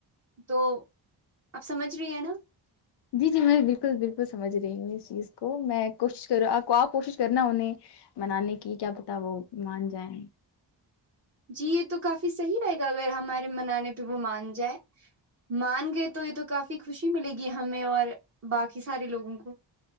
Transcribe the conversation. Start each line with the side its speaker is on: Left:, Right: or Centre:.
Right: تو اپ سمجھ رہی ہیں نا
Left: جی جی میں بالکل بالکل سمجھ رہی ہوں اس چیز کو میں کوشش کر ہوں آپ کو آپ کوشش کرنا انہیں منانے کی کیا پتا وہ مان جائیں
Right: جی تو کافی صحیح رہے گا اگر ہمارے منانے پہ وہ مان جائے مان گئے تو یہ تو کافی خوشی ملے گی ہمیں اور باقی سارے لوگوں کو